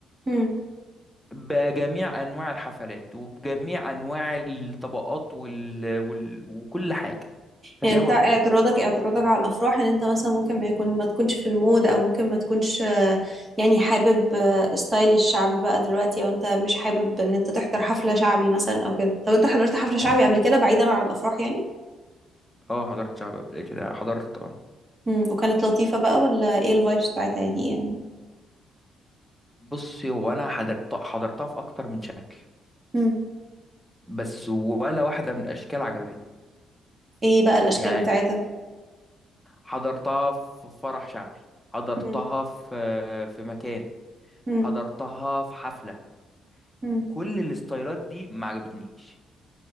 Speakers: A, on the right (about 30°); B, in the centre.
A: امم
B: بجميع انواع الحفلات وبجميع انواع الطبقات وال... وال... وكل حاجه هتلاقيها
A: انت اعتراضك
B: موجوده
A: اعتراضك على الافراح ان انت مثلا ممكن ما يكون ما تكونش في المود او ممكن ما تكونش آه، يعني حابب آه، ستايل الشعبي بقى دلوقتي او انت مش حابب ان انت تحضر حفلة شعبي مثلا او كده طب انت حضرت حفلة شعبي
B: اه
A: قبل كده بعيدا عن الافراح يعني
B: آه، حضرت شعب قبل كده حضرت آه.
A: امم وكانت لطيفة بقى ولا ايه الفايبس بتاعتها يعني ايه
B: بصي هو انا حضرت حضرتها في اكتر من شكل
A: امم
B: بس ولا واحده من الاشكال عجبتني
A: ايه بقى الاشكال
B: يعني
A: بتاعتها
B: حضرتها في فرح شعبي حضرتها
A: امم
B: في في مكان
A: امم
B: حضرتها في حفله
A: امم
B: كل الاستايلات دي ما عجبتنيش